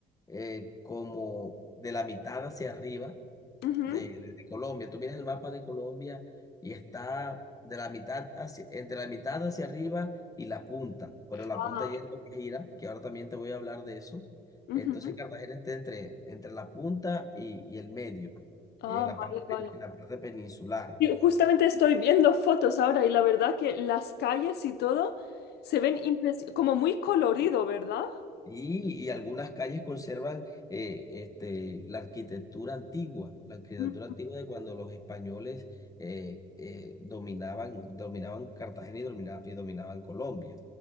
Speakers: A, on the left; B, on the left.
A: eh, como de la mitad hacia arriba,
B: Ujú.
A: de, de- de Colombia. Tú miras el mapa de Colombia y está de la mitad hacia, entre la mitad hacia arriba y la punta, pero la
B: Ah,
A: punta ya es lo que gira, que ahora también te voy a hablar de eso.
B: ujú.
A: Entonces Cartagena está entre, entre la punta y, y el medio,
B: Ah,
A: en la
B: vale,
A: parte, pen-
B: vale.
A: en la parte peninsular.
B: Y Justamente estoy viendo fotos ahora y la verdad que las calles y todo se ven impresi- como muy colorido, ¿verdad?
A: Y, y algunas calles conservan eh, este, la arquitectura antigua, la arquitectura
B: Mm.
A: antigua de cuando los españoles eh, eh, dominaban, dominaban Cartagena y, domina- y dominaban Colombia.